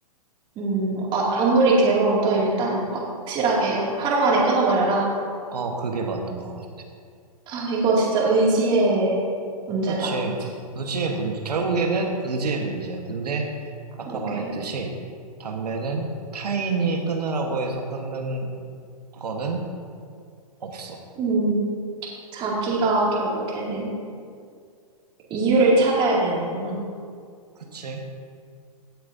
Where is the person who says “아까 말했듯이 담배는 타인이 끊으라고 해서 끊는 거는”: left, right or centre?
Right